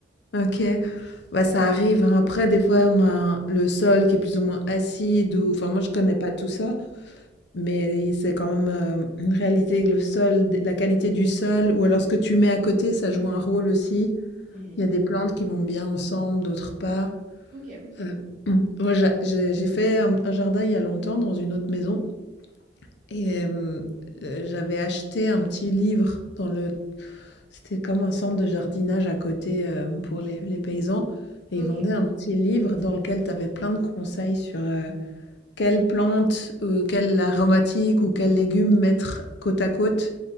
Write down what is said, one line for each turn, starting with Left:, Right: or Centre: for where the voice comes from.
Left: OK. Bah, ça arrive, hein. Après des fois, on a le sol qui est plus ou moins acide ou enfin moi je connais pas tout ça, Mais c'est quand même, heu, une réalité avec le sol, la qualité du sol ou alors ce que tu mets à côté, ça joue un rôle aussi.
Right: Mhm.
Left: Il y a des plantes qui vont bien ensemble, d'autres pas.
Right: Ok,
Left: Heu, <clears throat> moi j'a j'ai j'ai fait un un jardin il y a longtemps dans une autre maison et hem, heu, j'avais acheté un petit livre dans le c'était comme un centre de jardinage à côté, hem, pour les les paysans et
Right: ok,
Left: ils vendaient un petit livre dans lequel tu avais plein de conseils sur, heu, quelle plante, euh, quelle aromatique ou quel légume mettre côte à côte